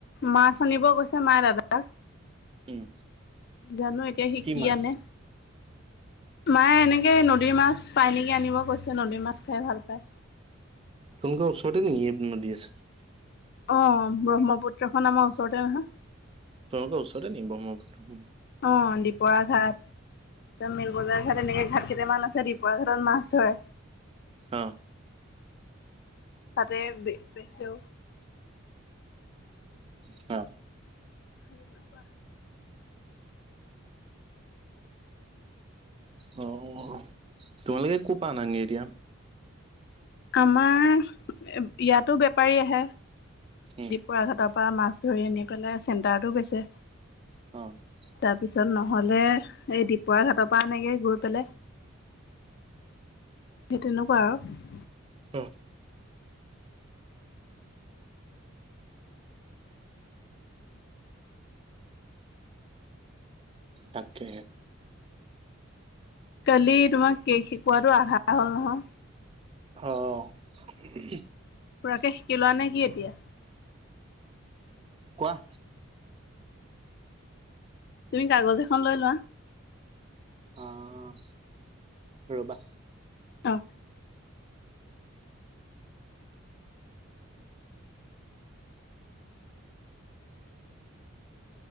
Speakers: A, on the left (about 55°); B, on the right (about 25°).
A: মাছ আনিব গৈছে মায়ে দাদাক
B: উম
A: জানো এতিয়া সিকি
B: কি মাছ
A: আনে মায়ে এনেকৈ নদীৰ মাছ পায় নেকি আনিব কৈছে নদীৰ মাছ খাই ভাল পায়
B: তোকা ওচৰতে নেকি ন দি আছে
A: অ ব্ৰহ্মপুত্ৰখন আমাৰ ওচৰতে নহয়
B: তোমোকৰ ওচৰতে নি ব্ৰহ্মপুত্ৰ?
A: অ', দিপৰা ঘাট তছত মিলগলাৰ ঘাট এনেকে ঘাট কেইটামান আছে দিপৰা ঘাটত মাছ ধৰে।
B: অ'।
A: তাতে ব্ৰদ বেচেও।
B: অ অ
A: <unintelligible>
B: অ', অ'। তোমালোকে ক'পা আনাগে এতিয়া?
A: আমাৰ ইয়াতো বেপাৰী আহে।
B: উম
A: ডিপুৰা ঘাটৰ পৰা মাছ ধৰি আনি পেলাই, চেণ্টাৰটো বেচে।
B: অ
A: তাৰ পিছত নহলে এই দিপৰা ঘাটৰ পৰা আনেগে গৈ পেলাই। সেই তেনেকুৱা আৰু।
B: অ তাকেহে।
A: কালি তোমাক কেক শিকাতটো আধা হ'ল নহয়।
B: অ'। উম।
A: পুৰাকে শিকি লোৱা নে কি এতিয়া?
B: কোৱা।
A: তুমি কাগজ এখন লৈ লোৱা?
B: অ'। ৰ'বা।
A: অ'।